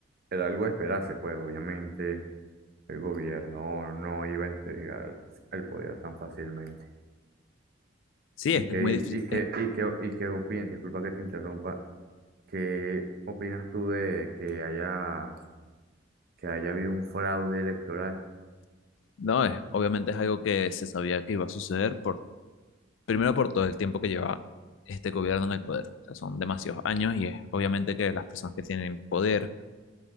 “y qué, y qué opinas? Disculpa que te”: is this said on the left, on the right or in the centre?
Right